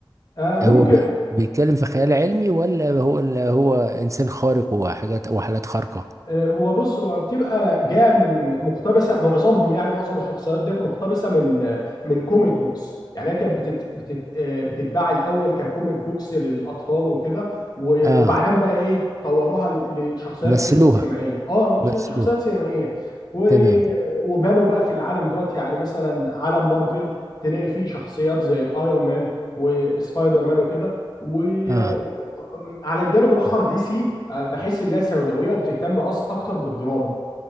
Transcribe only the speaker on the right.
هو بي... بيتكلم في خيال علمي ولا هو ولا هو انسان خارق وحاجات وحالات خارقة
اه
مثلوها
مثلوها
تمام
اه